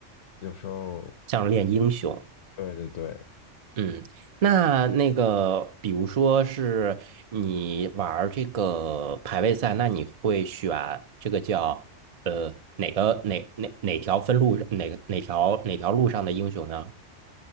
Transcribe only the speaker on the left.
有时候，
对对对，